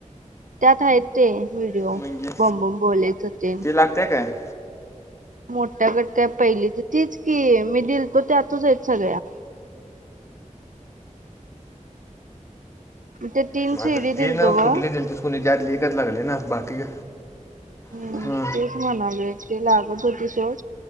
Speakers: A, on the right; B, on the left.
A: त्यात आहेत ते व्हिडिओ,
B: म्हणजे
A: बॉमबम बोलेच होते.
B: ते लागते काय?
A: मोठ्या गटत्या, पहिली तर तिचं की मी दिलतो त्यातच आहेत सगळ्या. ते तीन
B: म-
A: सीडी
B: आता
A: दिलतो
B: ते ना
A: ब
B: कुठले दिलतीस कोणी त्यातली, एकच लागले ना बाकी-
A: हम्म
B: हा
A: तेचं म्हणाले ते लागत होती चवं